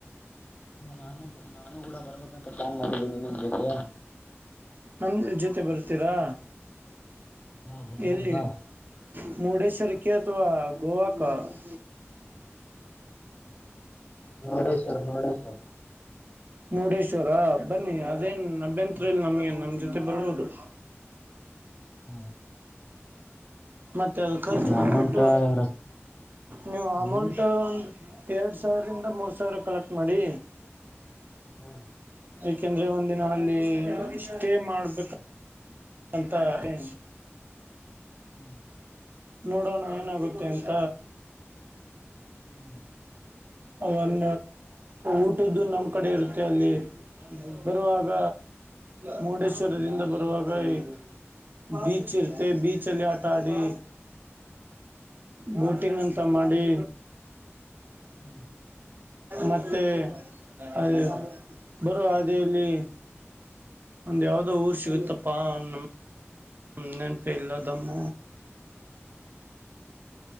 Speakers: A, on the left; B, on the right.
A: ನಾನು ನಾನು ಕೂಡ ಬರ್ಬೇಕಂತ ಪ್ಲಾನ್ ಮಾಡಿದ್ದೀನಿ. ಹದ.
B: ನನ್ನ ಜೊತೆ ಬರ್ತೀರಾ.
A: ಹಾ ಬರ್ಬೋದಾ
B: ಎಲ್ಲಿ ಮುರುಡೇಶ್ವರಕ್ಕೆ ಅಥವಾ ಗೋವಾಕ. <unintelligible> ಹ್ಮ್ಮ್.
A: ನೋಡ ಸರ್ ನೋಡ ಸರ್
B: ಮುರುಡೇಶ್ವರ ಬನ್ನಿ ಅದೇನ್. ನೆಂತ್
A: ಹಾ
B: ಇ ನಮಗೆಏ ನಮ್ದ. ಬರ್ಬೋದು.
A: ಹಾ.
B: ಮತ್ತೆ ಅ ಖರ್ಚು ಬಂದ್ಬಿಟ್ಟು
A: ಅಮೌಂಟ ರಕ್
B: ನೀವು ಅಮೌಂಟ್
A: ಹ್ಮ್
B: ಒಂದು. ಎರಡು ಸಾವಿರದಿಂದ ಮೂರು ಸಾವಿರ ಕಲೆಕ್ಟ್ ಮಾಡಿ.
A: ಹ್ಮ.
B: ಯಏಕೆಂದ್ರೆ ಒಂದಿನ ಅಲ್ಲಿ ಸ್ಟೇ ಮಾಡ್ಬೇಕ. ಬಂತ ಹ.
A: ಹ್ಮ್.
B: ನೋಡೋಣ ಏನಾಗುತ್ತೆ ಎಂತ.
A: ಹ.
B: ಒನ್ ಊಟದ್ದು ನಮ್ ಕಡೆ ಇರುತ್ತೆ ಅಲ್ಲಿ ಬರುವಾಗ ಮುರುಡೇಶ್ವರದಿಂದ ಬರುವಾಗ ಈ ಬೀಚ್ ಇರುತ್ತೆ ಬೀಚ್ ಅಲ್ಲಿ ಆಟ ಆಡಿ. ಹ. ಟಿಂಗ್ ಅಂತ ಮಾಡಿ.
A: ಹ್ಮ್
B: ಮತ್ತೆ ಅದು. ಬರುವೋ ಅೇಲ್ಲಿ ಒಂದ್ ಯಾವ್ದೋ ಊರ್ ಸಿಗುತ್ತಪ್ಪಾ ನ. ನ ನನ್ ಪಲ್ಲದಮ್ಮ.